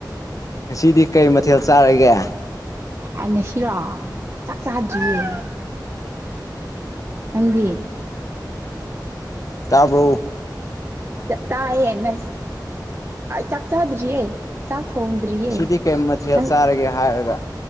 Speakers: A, on the left; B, on the right.
A: ꯉꯁꯤꯗꯤ ꯀꯩ ꯃꯊꯦꯜ ꯆꯥꯔꯒꯦ
B: ꯀꯩꯅꯁꯤꯔꯣꯑꯣ ꯆꯥꯛ ꯆꯥꯍꯗ꯭ꯔꯤꯌꯦ ꯑꯪꯗꯤ
A: ꯇꯥꯕ꯭ꯔꯣ
B: ꯇꯥ ꯍꯦꯟꯅ ꯆꯥꯛ ꯆꯥꯗ꯭ꯔꯤ ꯍꯦ ꯆꯥꯛ ꯊꯣꯡꯗ꯭ꯔꯤꯌꯦ
A: ꯑꯁꯤꯗꯤ ꯀꯔꯤ ꯃꯊꯦꯜ
B: ꯅꯪ
A: ꯆꯥꯔꯒꯦ ꯍꯥꯏꯔꯒ